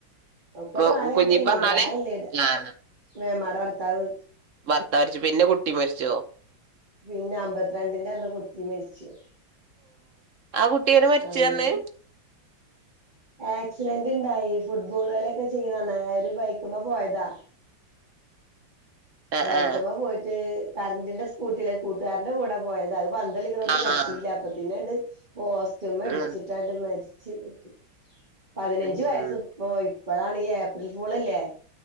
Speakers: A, on the right (about 25°); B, on the right (about 50°).
A: ഒക്കെ
B: മോ-
A: പ്രായയിട്ടല്ലേ
B: കുഞ്ഞിപ്പ പറഞ്ഞാല്
A: പ്രായല്ലേടെ
B: ആഹ്
A: മേമാട ഭർത്താവ്
B: ഭർത്താവ് മരിച്ചു പിന്നെ കുട്ടി മരിച്ചോ
A: പിന്നെ അമ്പത്തിരണ്ടിന്റെ അന്ന് കുട്ടി മരിച്ചു
B: ആ കുട്ടിയനെ മരിച്ച്
A: അങ്ങനെ
B: പറഞ്
A: ആക്സിഡന്റ് ഉണ്ടായി ഫുട്ബോളുകളിയൊക്കെ ചെയ്ണന്ന് അവര് ബൈക്കുമേ പോയതാ
B: ആഹ്
A: ബൈക്കുമ്മ പോയിട്ട് കറന്റിന്റെ സ്കൂട്ടിയിലെ കൂട്ടുകാരന്റെ കൂടെ പോയത് അത് ളിക് നോടാതക്
B: ആഹ്
A: എത്തിയില്ല
B: ആഹ്
A: അപ്പ ത്തിന്നണ്ട് പോസ്റ്റ്യൂം അടിച്ചിട്ടായി
B: ഉം
A: ചതട്ടി പതിനഞ്ച്
B: ഉം
A: വയസ്സ് പോയി ഇപ്പോഴാണ് ഈ ഏപ്രിൽ ഫുൾല്ലേ